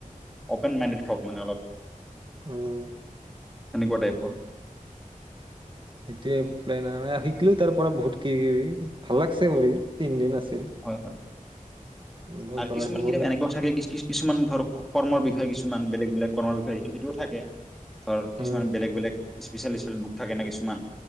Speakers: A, in the centre; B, on the right.
A: অপেন মাইণ্ডেড হওক মানে অলপ
B: উম
A: সেনেকুৱা টাইপৰ
B: সেইটোৱে শিকলোও তাৰ পৰা বহুত কি ভাল লাগিছে কৰি তিনদিন আছে <unintelligible>
A: হয় হয়
B: বহুত
A: আৰু
B: ভাল
A: কিছুমান
B: লাগছে বহুত
A: কিতাপ এনেকুৱা থাকে কিছ কিছ কিছুমান ধৰক কৰ্মৰ বিষয়কিছুমান বেলেগ বেলেগ কৰ্মৰ বিষয়ে তিবিতো থাকে <unintelligible> ধৰ কিছুমান
B: উম
A: বেলেগ বেলেগ স্পিচেল বুক থাকে ন কিছুমান